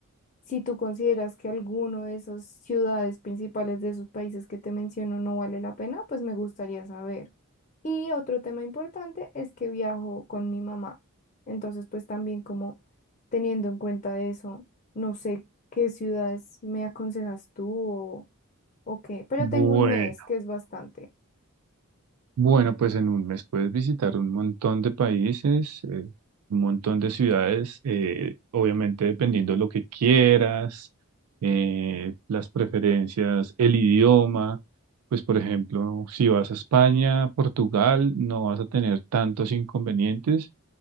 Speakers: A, on the left; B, on the right.
A: Si tú consideras que alguno de esas ciudades principales de esos países que te menciono no vale la pena, pues me gustaría saber. Y otro tema importante es que viajo con mi mamá. Entonces, pues también como teniendo en cuenta eso, no sé qué ciudades me aconsejas tú o, o qué, pero
B: Bueno.
A: tengo un mes, que es bastante.
B: Bueno, pues en un mes puedes visitar un montón de países, eh, un montón de ciudades, eh, obviamente dependiendo de lo que quieras, eh, las preferencias, el idioma. Pues por ejemplo, si vas a España, Portugal, no vas a tener tantos inconvenientes.